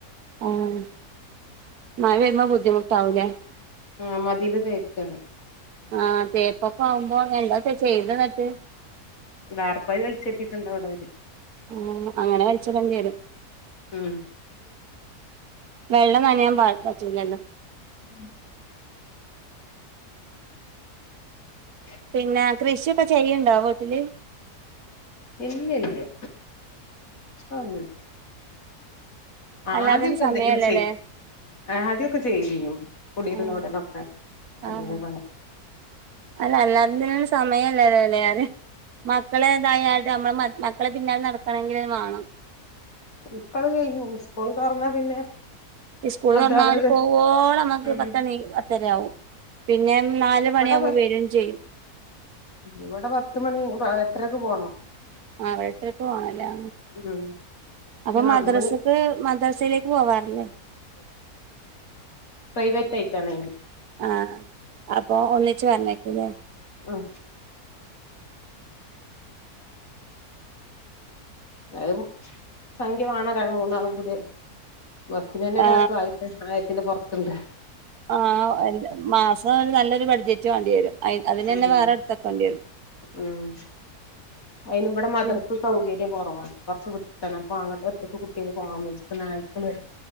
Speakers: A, on the right; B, on the left.
A: ആഹ് മഴ വരുമ്പോ ബുദ്ധിമുട്ട് ആവുലെ
B: ആഹ് മതില് തേക്കാണേ
A: ആഹ് തേപ്പൊക്കെ ആവുമ്പോ എന്താച്ച ചെയ്ത് എന്നിട്ട്
B: താർപ്പായി വലിച്ചെട്ടീണ്ട് അവടെ അവര്
A: ആഹ് അങ്ങനെ വലിച്ച് ഇടേണ്ടി വരും
B: ഉം
A: വെള്ളം നനയാൻ പാട്‌ പറ്റില്ലല്ലോ
B: ഉം <unintelligible>
A: പിന്നാ കൃഷിയൊക്കെ ചെയ്യ്ണ്ടോ വീട്ടില്
B: ഇല്ല ഇല്ല്യാ ആന്നുല്ല അത്യോക്കെ
A: അല്ലാതിന് സമയല്ലല്ലേ
B: എന്തെങ്കിലും ചെയ് ആദ്യൊക്കെ ചെയ്തീനും കുടീന്
A: ആഹ്
B: ന്നടനൊക്കെ എന്തേലും
A: ആഹ്
B: പണി
A: അല്ല, അല്ലാതിന്നും സമയല്ല ല്ലോ? ലെ പറയ. മക്കളെതായാലും, നമ്മള് മക്കളെ പിന്നാലെ നടക്കണങ്കിലത് വാണം.
B: ഇപ്പ, അത് കഴിഞ്ഞ്. സ്കൂൾ തൊറന്നാ പിന്നെ,
A: സ്കൂൾ
B: അത്
A: തൊറന
B: അവരത്
A: ഓല് പോവോളം
B: ഉം
A: പത്തണി പത്തരയാവും. പിന്നെ, നാല്
B: ഇവിടെ
A: മണിയാവുമ്പോ വരും ചെയ്യും
B: ഇവിടെ, പത്ത്മണി എട്ടരക്ക് പോണം.
A: ആഹ്, എട്ടരക്ക് പോണ ല്ലേ?
B: ഉം
A: അപ്പൊ,
B: പിന്നെ
A: മദ്രസക്ക്
B: നാല് മണി
A: മദ്രസയിലേക്ക് പോവാറി ല്ലേ?
B: പ്രൈവറ്റയിറ്റാണ് അയിന്.
A: ആഹ്, അപ്പോ ഒന്നിച്ച് പറഞ്ഞേക്കു ലെ?
B: ആഹ്
A: <inaudible>
B: അത് സംഖ്യവേണം. മൂന്നാളും കൂടിയ. ബസ്സ്‌ന ന്നെ
A: ആ
B: ഒരാക്ക് ആയിത്തെ ആയിരത്തിന്റെ പൊറത് ണ്ട്.
A: ആഹ്, മാസം ഒരു നല്ലൊരു ബഡ്ജറ്റ് വേണ്ടി വരും. അയി, അതിനന്നെ
B: ഉം
A: വേറെ എടുത്ത വെക്കെണ്ടി വരും.
B: ഉം അതിന്, ഇവിടെ മദ്രസ്
A: പിന്നെ
B: സൗകര്യം കൊറവാണ്. കൊറച്ച് ദൂരെയാണ്. അപ്പൊ, അങ്ങട്ട് ഒറ്റക്ക് കു ട്ടികൾ പോവാൻ വജ്ജാ, ഇപ്പം നായ്ക്കള്